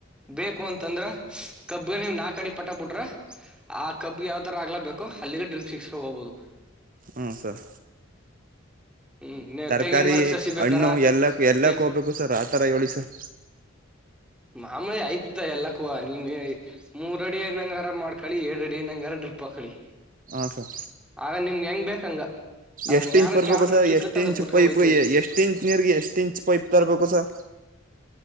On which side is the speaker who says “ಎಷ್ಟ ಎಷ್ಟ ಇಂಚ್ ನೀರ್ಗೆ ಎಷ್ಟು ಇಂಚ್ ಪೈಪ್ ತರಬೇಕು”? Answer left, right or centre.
Right